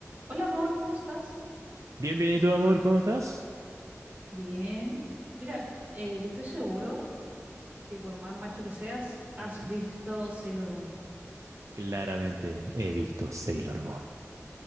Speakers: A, on the right; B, on the right.
A: Hola amor, ¿cómo estás?
B: Bienvenido amor? ¿Cómo estás?
A: Bien. Mira, eh, yo estoy seguro que por más macho que seas, has
B: Ujú.
A: visto Sailor Moon.
B: Claramente he visto Sailor Moon.